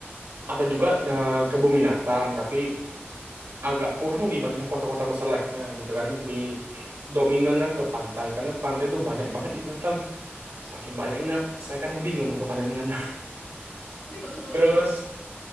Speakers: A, on the right; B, on the left.
A: Ada juga eh, kebun binatang, tapi agak kurang dibandingkan kota-kota besar lainnya gitu kan. Lebih
B: mm-mm.
A: dominannya ke pantai karena pantai itu banyak banget di Batam. Saking banyaknya, saya kadang bingung mau kepada yang mana. <laughs>
B: Tapi bagus-bagus
A: Terus
B: nggak Kak